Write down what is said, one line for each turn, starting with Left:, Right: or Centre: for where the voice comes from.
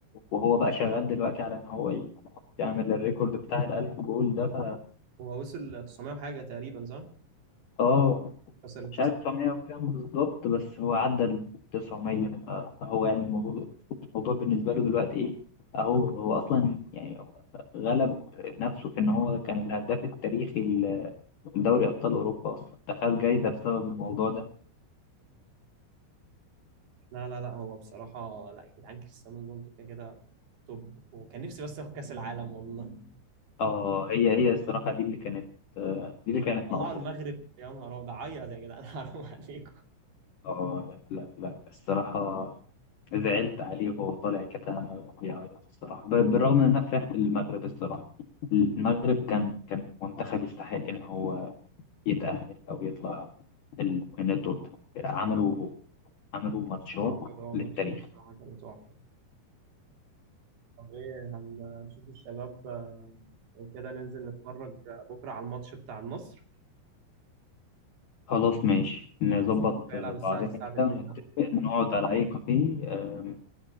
Left: وهو بقى شغال دلوقتي على ان هو ي- يعمل الريكورد بتاع الألف جول ده ف
Right: هو وصل 900 وحاجه تقريبا صح؟
Left: اه
Right: كسر التسعة
Left: مش عارف 900 وكام بالظبط بس هو عدى ال 900 ف- فهو يعني الموضوع الموضوع بالنسبة له دلوقتي ايه اهو هو اصلا يعني هو غلب نفسه في ان هو كان الهداف التاريخي ل- لدوري ابطال اوروبا اصلا دخل جايزة بسبب الموضوع ده
Right: لا لا لا هو بصراحة لا يا جدعان كريستيانو رونالدو كده كده توب وكان نفسي بس ياخد كأس العالم والله
Left: اه هي هي الصراحة دي اللي كانت آه، دي اللي
Right: يقول
Left: كانت
Right: لك طلعوا
Left: ناقصه
Right: المغرب يا نهار أبيض عيط يا جدعان <laughs> حرام عليكم
Left: اه لا لا لا الصراحة زعلت عليه وهو طالع كده بيعيط الصراحة ب- بالرغم إن أنا فرحت للمغرب الصراحة المغرب كان كان منتخب يستحق إن هو يتأهل أو يطلع ال- من الدور ده عملوا عملوا ماتشات
Right: هو عمل هو
Left: للتاريخ
Right: ماتشين بصراحة كانوا تحفة طب ايه هنشوف الشباب آه، لو كده ننزل نتفرج آه، بكرة على الماتش بتاع مصر
Left: خلاص ماشي نظبط
Right: الماتش اللي هيلعب
Left: بعضنا
Right: الساعة 9
Left: كده
Right: بالليل
Left: ونتفق نقعد على أي كافيه آم،